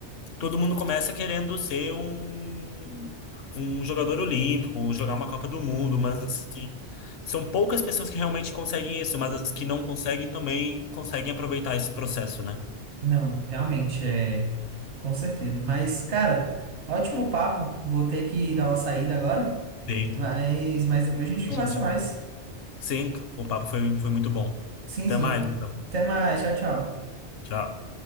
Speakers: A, on the left; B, on the right.
A: todo mundo começa querendo ser um, um jogador olímpico, jogar uma Copa do Mundo,
B: Hum,
A: mas assim, são poucas pessoas que realmente conseguem isso, mas as que não conseguem também conseguem aproveitar esse processo, né?
B: Não, realmente é, com certeza. Mas, cara, ótimo papo. Vou ter que dar uma saída agora,
A: Sim.
B: mas, mas depois a gente conversa
A: Gente,
B: mais.
A: Sim, o papo foi, foi muito bom.
B: Sim,
A: Até
B: sim.
A: mais, então.
B: Até mais. Tchau, tchau.
A: Tchau.